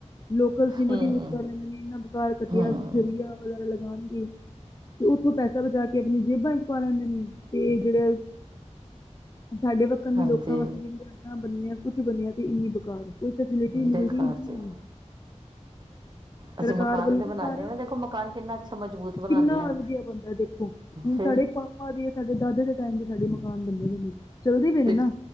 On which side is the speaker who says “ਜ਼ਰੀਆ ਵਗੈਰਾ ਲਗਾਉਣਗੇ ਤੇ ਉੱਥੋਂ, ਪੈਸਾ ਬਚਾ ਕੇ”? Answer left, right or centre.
Left